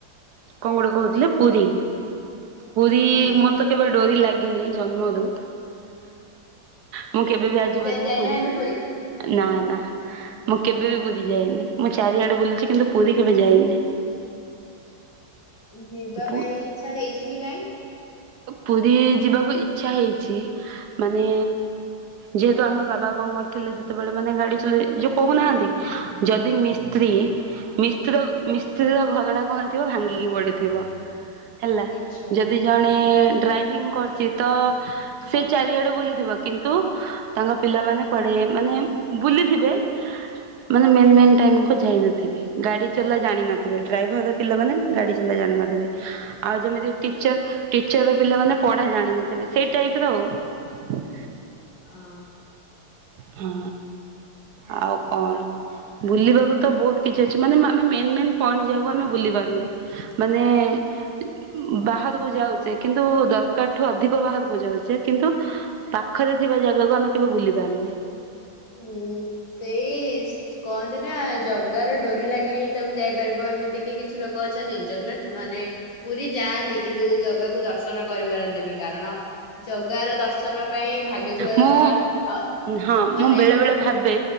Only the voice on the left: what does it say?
ହଁ
ଏବେ
ଯାଇ ଯାଇନାହାନ୍ତି
ଯିବା
ପାଇଁ ଇଚ୍ଛା ହେଇଛି କି ନାଇଁ
ଆଚ୍ଛା
ହଁ।
ହୁଁ ସେଇ କହନ୍ତି ନା ଜଗାର ଡୋରି ଲାଗିଲେ ହିଁ ତମେ ଯାଇପାରିବ ଏମିତି କିି କିଛି ଲୋକ ଅଛନ୍ତି ଜଗନ୍ନାଥ ମାନେ ପୁରୀ ଯାଆନ୍ତି କିନ୍ତୁ ଜଗାକୁ ଦର୍ଶନ କରିପାରନ୍ତିନି କାରଣ ଜଗାର ଦର୍ଶନ ପାଇଁ ଭାଗ୍ୟ ଥିବା
ଦରକାର ଆଉ
ମାନେ